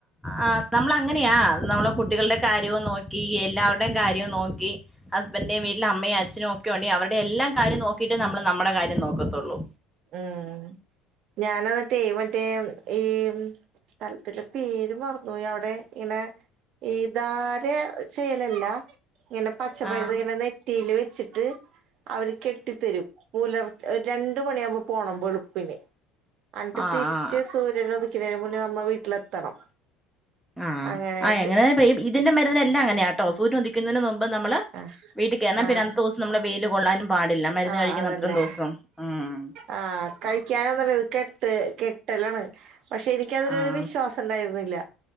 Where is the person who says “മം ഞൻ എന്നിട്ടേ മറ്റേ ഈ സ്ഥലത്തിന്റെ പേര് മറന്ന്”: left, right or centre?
Right